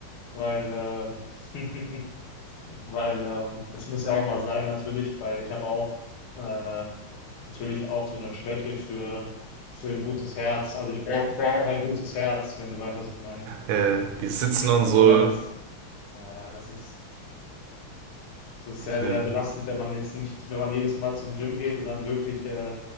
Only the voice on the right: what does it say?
Äh, die sitzen und
so.
Ja.